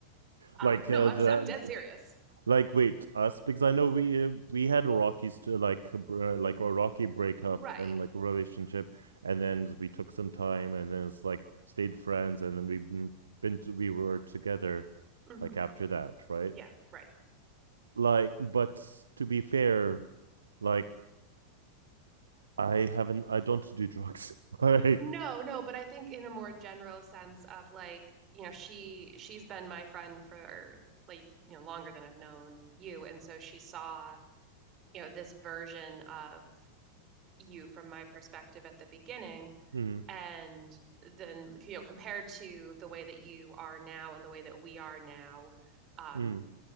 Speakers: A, on the right; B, on the right.
A: Um,
B: like
A: no,
B: uh,
A: I'm
B: the
A: I'm dead serious.
B: Like, wait, us because I know we uh, we had Rockies to like br- like a rocky breakup
A: Right.
B: and like relationship, and then we took some time, and then it's like stayed friends, and then we've been, been to, we were together
A: hmm
B: like after that, right?
A: Yeah, right.
B: Like, but to be fair, like I haven't, I don't do drugs. <laughs> like,
A: No, no, but I think in a more general sense of like, you know, she she's been my friend for like, you know, longer than I've known you, and so she saw, you know, this version of you from my perspective at the beginning.
B: mm,
A: and then you know compared to the way that you are now and the way that we are now um
B: mm.